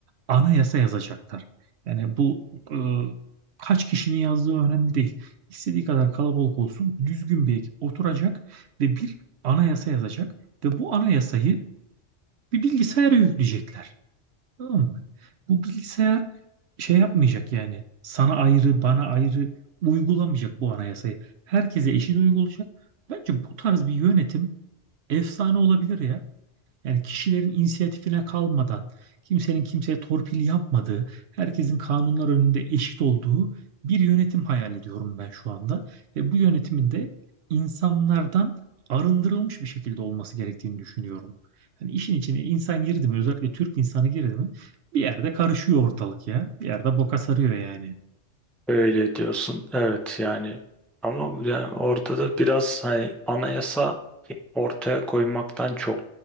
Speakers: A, on the right (about 65°); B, in the centre.
A: anayasa yazacaklar. Yani bu e, kaç kişinin yazdığı önemli değil. İstediği kadar kalabalık olsun, düzgün bir ekip oturacak ve bir anayasa yazacak ve bu anayasayı bir bilgisayara yükleyecekler. Tamam mı? Bu bilgisayar şey yapmayacak yani sana ayrı, bana ayrı uygulamayacak bu anayasayı. Herkese eşit uygulayacak. Bence bu tarz bir yönetim efsane olabilir ya. Yani kişilerin inisiyatifine kalmadan, kimsenin kimseye torpil yapmadığı, herkesin kanunlar önünde eşit olduğu bir yönetim hayal ediyorum ben şu anda. Ve bu yönetimin de insanlardan arındırılmış bir şekilde olması gerektiğini düşünüyorum. Hani işin içine insan girdi mi, özellikle Türk insanı girdi mi, bir yerde karışıyor ortalık ya. Bir yerde boka sarıyor yani.
B: öyle diyorsun. Evet yani ama yani orada da biraz hani anayasa ortaya koymaktan çok